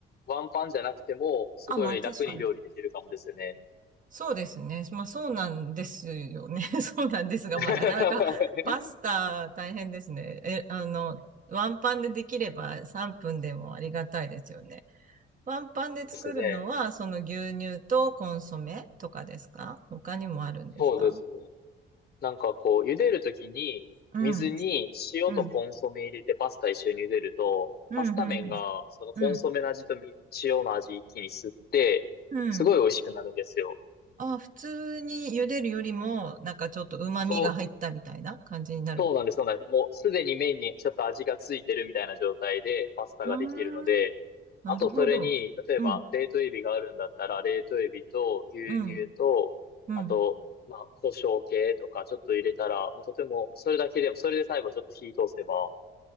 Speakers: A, on the left (about 55°); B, on the right (about 40°).
A: ワンパンじゃなくても、すごい楽に料理できるかもですね。
B: あ、まあ確かに。そうですね。まあそうなんですよね。<laughs> そうなんですが、
A: <laughs> そうです
B: まあなかなかパスタ大変ですね。え、あの、ワンパンでできれば3分でもありがたいですよね。ワンパンで作るのは、
A: ね。
B: その牛乳とコンソメとかですか他にもあるんですか
A: そうですね。なんかこう、茹でるときに、
B: うん、
A: 水に塩とコンソメ入れてパスタ一緒に茹でると、
B: うん、うん、
A: パスタ麺が、
B: うん、
A: そのコンソメの味とみ塩の味一気に吸って、
B: うん、うん。
A: すごい美味しくなるんですよ。
B: あ、普通に茹でるよりも、なんかちょっと旨味が入ったみたいな感じになる。
A: そう、そうなんです、そうなんです。もうすでに麺にちょっと味がついてるみたいな状態でパスタができるので、
B: うーん、なるほど。
A: あとそれに、例えば冷凍エビがあるんだったら、
B: うん、
A: 冷凍エビと牛乳と、
B: うん、うん。
A: あと、まあ、胡椒系とかちょっと入れたら、もうとても、それだけでも、それで最後ちょっと火通せば、